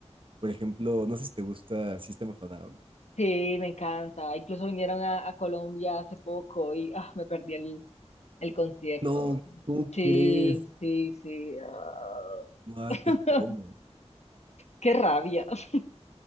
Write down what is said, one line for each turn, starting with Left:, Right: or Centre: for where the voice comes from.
Right: Por ejemplo, no sé si te gusta System of a Down.
Left: sí, me encanta. Incluso vinieron a, a Colombia hace poco y ah, me perdí el, el concierto.
Right: No, ¿cómo
Left: Sí,
Right: crees?
Left: sí, sí. ah.
Right: No,
Left: <laughs>
Right: qué fomo.
Left: Qué rabia. <laughs>